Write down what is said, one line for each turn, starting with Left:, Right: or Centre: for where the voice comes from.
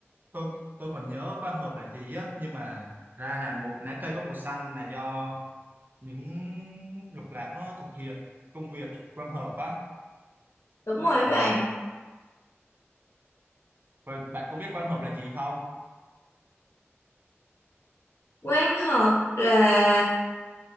Right: tôi tôi còn nhớ quang hợp là gì á nhưng mà ra là một lá cây có màu xanh là do những lục lạc nó thực hiện công việc quang hợp á.
Left: đúng rồi
Right: Ờ,
Left: bạn
Right: vậy bạn có biết quang hợp là gì không?
Left: Quang hợp là